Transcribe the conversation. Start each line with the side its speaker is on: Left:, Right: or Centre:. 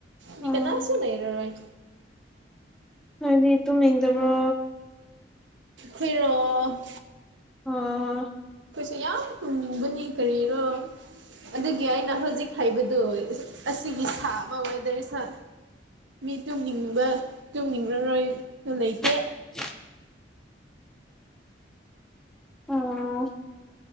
Right: ꯃꯤ
Centre: ꯎꯝ
Right: ꯀꯅꯥꯁꯨꯨ ꯂꯩꯔ ꯔꯣꯏ
Centre: ꯍꯥꯏꯗꯤ ꯇꯨꯝꯅꯤꯡꯗꯕ꯭ꯔꯣ
Right: ꯍꯔꯣ
Centre: ꯑꯣ
Right: ꯑꯩꯈꯣꯏꯁꯦ ꯌꯥꯝ ꯊꯨꯝꯕꯅꯤ ꯀꯔꯤꯔꯣ ꯑꯗꯨꯒꯤ ꯑꯩꯅ ꯍꯧꯖꯤꯛ ꯍꯥꯏꯕꯗꯣ ꯑꯁꯤꯒꯤ ꯁꯥꯕ ꯋꯦꯗꯔ ꯃꯤ ꯇꯨꯡꯅꯤꯡꯕ ꯇꯨꯡꯅꯤꯡꯈꯔꯣꯏꯁꯨ ꯂꯩꯇꯦ
Centre: <inaudible> ꯑꯣ